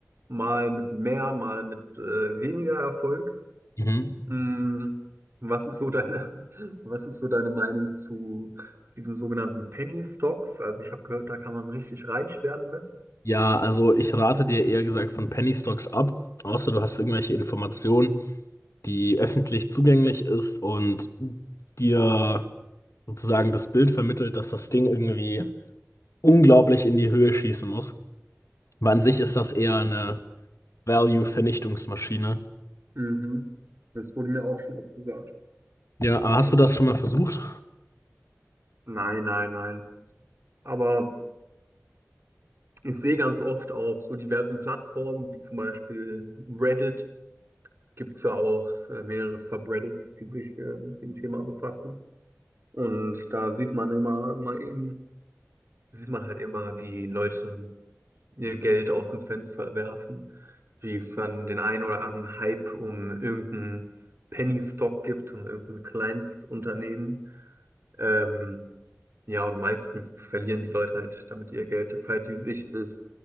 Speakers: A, on the right (about 55°); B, on the left (about 80°).
A: mal mit mehr, mal mit äh, weniger Erfolg.
B: Mhm.
A: Hm, was ist so deine, <laughs> was ist so deine Meinung zu diesen sogenannten Penny Stocks? Also ich habe gehört, da kann man richtig reich werden mit.
B: Ja, also ich rate dir eher gesagt von Penny Stocks ab, außer du hast irgendwelche Informationen, die öffentlich zugänglich ist und dir sozusagen das Bild vermittelt, dass das Ding irgendwie unglaublich in die Höhe schießen muss. Aber an sich ist das eher eine Value-Vernichtungsmaschine.
A: Mhm. Das wurde mir auch schon oft gesagt.
B: Ja, aber hast du das schon mal versucht?
A: Nein, nein, nein. Aber ich sehe ganz oft auf so diversen Plattformen, wie zum Beispiel Reddit, gibt es ja auch äh, mehrere Subreddits, die sich äh, mit dem Thema befassen. Und da sieht man immer, immer eben, sieht man halt immer, wie Leute ihr Geld aus dem Fenster werfen, wie es dann den einen oder anderen Hype um irgendeinen Penny Stock gibt, um irgendein Kleinstunternehmen. Ähm, Ja, und meistens verlieren die Leute halt damit ihr Geld. Das ist halt dieses, ich, ich